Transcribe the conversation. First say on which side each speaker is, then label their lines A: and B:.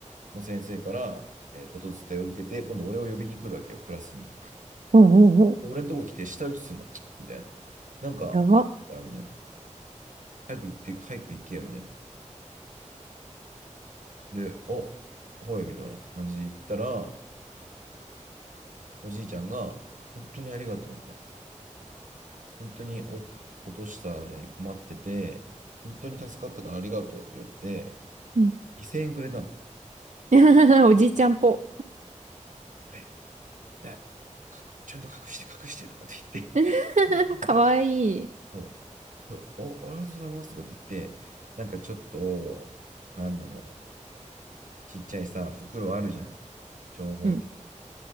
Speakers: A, on the right (about 80°); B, on the right (about 70°).
A: の先生から、えー、ことづてを受けて、今度俺を呼びに来るわけよ、クラスに。
B: ほうほうほう。
A: 俺のとこ来て舌打ちするの、みたいな。なんか、
B: やば。
A: からみたいな。早く行って、早く行けよ、みたいな。で、あ、はい、みたいな感じで行ったら、おじいちゃんが、本当にありがとう、みたいな。本当にお落としたのに困ってて、本当に助かったからありがとうって言われて、
B: うん。
A: 2000円くれたの。
B: <laughs> おじいちゃんぽ。
A: これ、だちゃんと隠して隠してとかって言って
B: <laughs>
A: 持たら、
B: かわいい。
A: <laughs> そう、そうお、ありがとうございますとかって言って、なんかちょっと、なんだろう、ちっちゃいさ、袋あるじゃん。長方形。
B: うん。